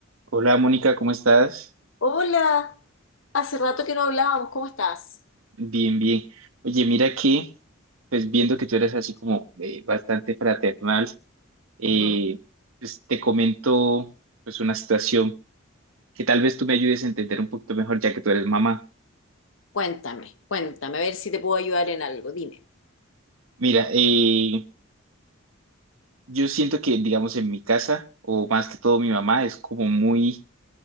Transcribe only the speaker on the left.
Hola, hace rato que no hablábamos, ¿cómo estás?
<laughs>
Cuéntame, cuéntame, a ver si te puedo ayudar en algo, dime.